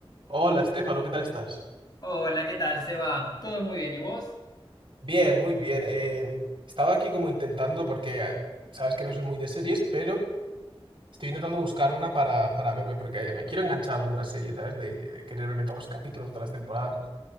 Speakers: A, on the right (about 55°); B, on the left (about 40°).
A: Hola, Estefano, ¿qué tal estás?
B: Hola, ¿qué tal, Seba? Todo muy bien, ¿y vos?
A: Bien, muy bien. eh, estaba aquí como intentando, porque eh, sabes que no soy muy de series, pero estoy intentando buscar una para, para verme, porque me quiero enganchar a alguna serie, ¿sabes? De, de- de querer verme todos los capítulos, todas las temporadas.